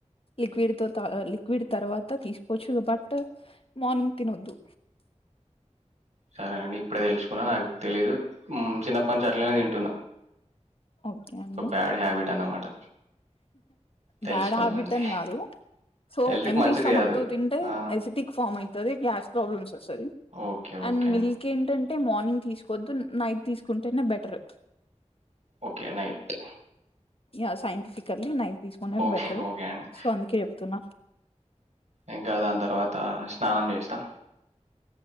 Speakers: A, on the left; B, on the right.
A: లిక్విడ్ తో తా అ అ లిక్విడ్ తర్వాత తీసుకోవచ్చు బట్ మార్నింగ్ తినొద్దు
B: సరే అండీ ఇప్పుడే తెలుసుకో కున నాకు తెలీదు ఉమ్ చిన్నప్పటి నుంచి అట్లనే తింటు
A: ఓకే అండి
B: బ్యాడ్ హ్యాబిట్ అన్నమాట. తెలుసుకున్నా
A: బ్యాడ్ హ్యాబిట్
B: అండి.
A: అని కాదు సో
B: హెల్త్‌కి
A: ఎమ్టీ
B: మంచిది
A: స్టమక్
B: కాదు.
A: తో తింటే
B: ఆ!
A: ఎసెటిక్ ఫామ్ అయితది గ్యాస్ ప్రాబ్లమ్స్ స్తది
B: ఓకే. ఓకే
A: అండ్ మిల్క్
B: అండి.
A: ఏంటం టే మార్నింగ్ తీసుకోద్దు నైట్ తీసుకుంటేనే better
B: okay night
A: yeah scientifically నై తీసుకునే
B: ఓకే.
A: బెటర్
B: ఓకే అండి.
A: సో అందుకే చెప్ తున
B: ఇంకా దాన్ తర్వాత స్నానం చేసిన్నా